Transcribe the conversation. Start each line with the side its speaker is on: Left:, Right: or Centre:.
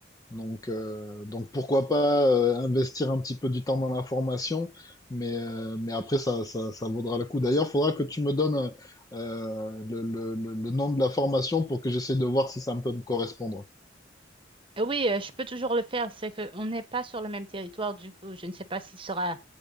Left: Donc euh, donc pourquoi pas euh, investir un petit peu du temps dans la formation, mais euh, mais après ça ça ça vaudra le coup. D'ailleurs, faudra que tu me donnes euh, le, le le le nom de la formation pour que j'essaie de voir si ça peut me correspondre.
Right: Et oui, euh, je peux toujours le faire. C'est qu'on n'est pas sur le même territoire. Du coup, je ne sais pas si ce sera